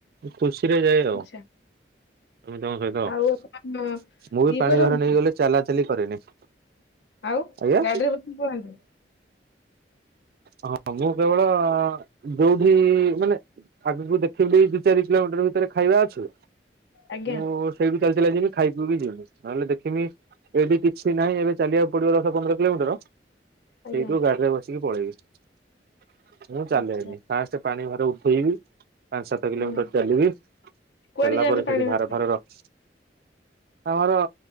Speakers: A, on the right (about 55°); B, on the left (about 75°).
A: ଖୁସିରେ ଯାଏ ଆଉ।
B: ଆଛା
A: ସମିସ୍ତଙ୍କ ସହିତ
B: ଆଉ ଆପଣ
A: ମୁଁ ବି
B: ଇଏ
A: ପାଣି
B: କରନ୍ତି
A: ଘର ନେଇକି ଗଲେ ଚାଲା ଚାଲି କରେନି।
B: ଆଉ
A: ଆଜ୍ଞା
B: ଗାଡିରେ ବସିକି ପଳାନ୍ତି।
A: ହଁ ମୁଁ କେବଳ ଯୋଉଠି ମାନେ ଆଗକୁ ଦେଖିଲି ଦି ଚାରି କିଲୋମିଟର ଭିତରେ ଖାଇବା ଅଛି
B: ଆଜ୍ଞା
A: ମୁଁ ସେଇଠୁ ଚାଲି ଚାଲିକା ଯିବି ଖାଇବି ପିଇମି ଯିମି। ନହେଲେ ଦେଖମି ଏବେ କିଛି ନାହିଁ ଏବେ ଚାଲିବାକୁ ପଡିବ ଦଶ ପନ୍ଦର କିଲୋମିଟର
B: ଆଜ୍ଞା
A: ସେଇଠୁ ଗାଡିରେ ବସିକି ପଳେଇବି। ମୁଁ ଚାଲେନି
B: ଆଛା।
A: ଫାଷ୍ଟ ପାଣି ଭାର ଉଠେଇବି ପାଞ୍ଚ ସାତ କିଲୋମିଟର
B: ହୁଁ
A: ଚାଲିବି ଚାଲିଲା
B: କୁଆଡେ ଯାଆନ୍ତି
A: ପରେ ସେଠି
B: ପାଣି
A: ଭାର
B: ପାଇଁ
A: ଫାର ରଖ ଆମର